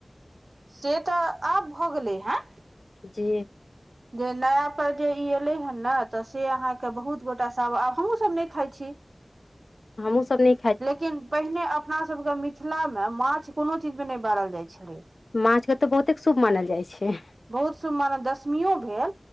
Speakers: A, on the right; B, on the left.
A: से तऽ आब भऽ गेलै हेँ।
B: जी।
A: जे नयापर जे ई एलै हेँ ने तऽ से अहाँके बहुत गोटा सभ आब हमहूँसभ नहि खाइत छी।
B: हमहुँ सब नय
A: लेकिन पहिने अपना सब कऽ मिथिला मऽ माछ कोनो चीजमे नय बारल जाइ छलै।
B: माछ केँ तऽ बहुतेक शुभ मानल जाइ छै।
A: बहुत सुभ मानव दशमियो भेल